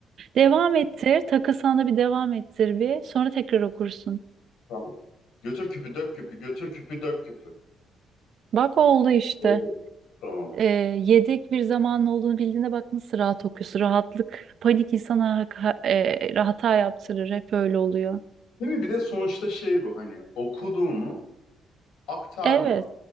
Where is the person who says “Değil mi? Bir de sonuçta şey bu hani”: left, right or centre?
Left